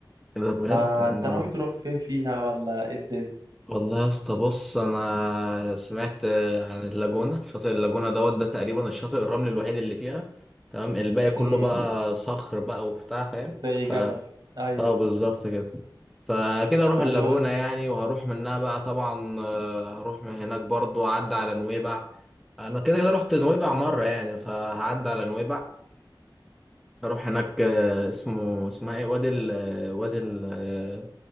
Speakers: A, in the centre; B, on the right.
A: إيه ده بجد
B: ما
A: ما
B: انت ناوي تروح فين فيها ولا ايه الدنيا
A: والله يا اسطى بص انا سمعت عن اللاجونه شاطئ اللاجونه دوت ده تقريبا الشاطئ الرملي الوحيد اللي فيها تمام الباقي كله
B: امم
A: بقى صخر بقى وبتاع فاهم
B: زي
A: ف
B: جبل ايوه
A: اه بالظبط كده فكده اروح
B: بس خلي
A: اللاجونه
B: بالك
A: يعني وهروح منها بقى طبعا آه، هروح من هناك برضو اعدي على نويبع انا كده كده رحت نويبع مره يعني فهعدي على نويبع اروح هناك آه، اسمه اسمها ايه وادي ال آه، وادي ال آه،